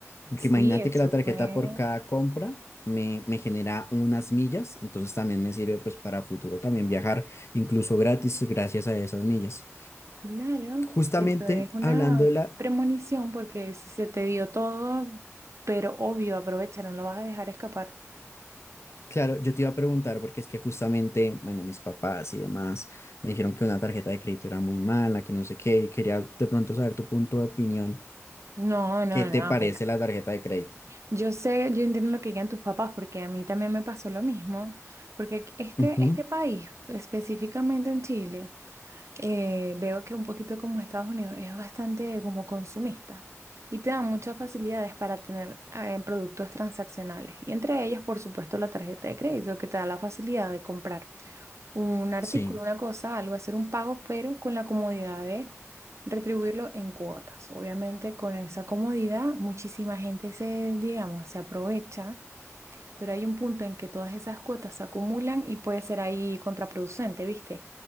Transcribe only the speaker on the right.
Sí,
eso
fue.
Claro,
eso es una
premonición porque si se te dio todo, pero obvio, aprovecha, no lo vas a dejar escapar.
No, no,
no,
mira,
yo sé, yo entiendo lo que digan tus papás porque a mí también me pasó lo mismo, porque aquí- este,
este país, específicamente en Chile, eh, veo que un poquito como Estados Unidos es bastante como consumista y te dan muchas facilidades para tener eh, productos transaccionales y entre ellos, por supuesto, la tarjeta de crédito que te da la facilidad de comprar un artículo,
una cosa, algo, hacer un pago, pero con la comodidad de retribuirlo en cuotas. Obviamente con esa comodidad muchísima gente se, digamos, se aprovecha pero hay un punto en que todas esas cuotas se acumulan y puede ser ahí contraproducente, ¿viste?